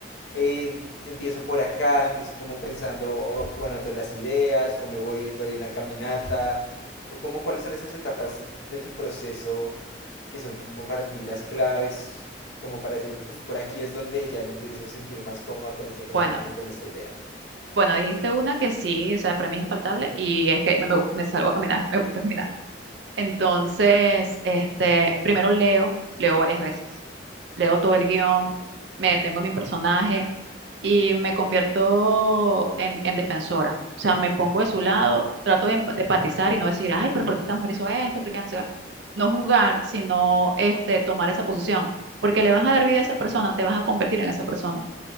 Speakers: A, on the left (about 70°); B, on the right (about 70°).
A: eh, empiezo por acá, empiezo como pensando, o, o anoto las ideas, o me voy, doy una caminata, o como cuáles son esas etapas de tu proceso que son como para ti las claves, como para decir, uff, por aquí es donde ya me empiezo a sentir más cómoda con este personaje,
B: Bueno,
A: con esta idea.
B: bueno, dijiste una que sí, o sea, para mí es infaltable y es que me, me, gu- me salgo a caminar, <laughs> me gusta caminar. Entonces, este, primero leo, leo varias veces, leo todo el guión, me detengo en mi personaje y me convierto en, en defensora. O sea, me pongo de su lado, trato de, empa- de empatizar y no decir, ay, pero ¿por qué esta mujer hizo esto? ¿Por qué no se va? No juzgar, sino este, tomar esa posición, porque le vas a dar vida a esa persona, te vas a convertir en esa persona.